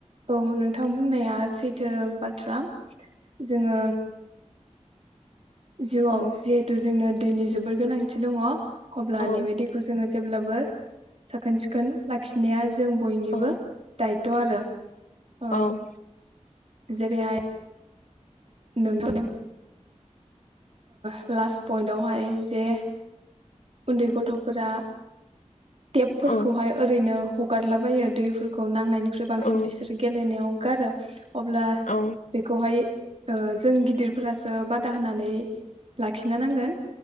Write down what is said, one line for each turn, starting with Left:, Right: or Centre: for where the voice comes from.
Right: औ नोंथां बुंनाया। सैथो बाथ्रा जोङो जिउआव
Left: औ
Right: जिहेथु जोंनो दैनि जोबोर गोनांथि दङ अब्ला
Left: औ
Right: नैबे दैखौ जोङो जेब्लाबो साखोन सिखोन लाखिनाया जों बयनिबो
Left: औ
Right: दाय थ आरो ओ
Left: औ
Right: जेरैहाय नों <unintelligible> पइन्टआवहाय जे उन्दै गथ'फोरा टेप फोरफोरखौहाय
Left: औ
Right: ओरैनो ह ुगारलाबायो दैफोरखौ नांनायनि ख्रु बांसिन
Left: औ
Right: बिसोर गेलेनायाव गारो अब्ला
Left: औ
Right: बेखौहाय ओ जों गिदिरफोरासो बादा होनानै लाखिनो नांगोन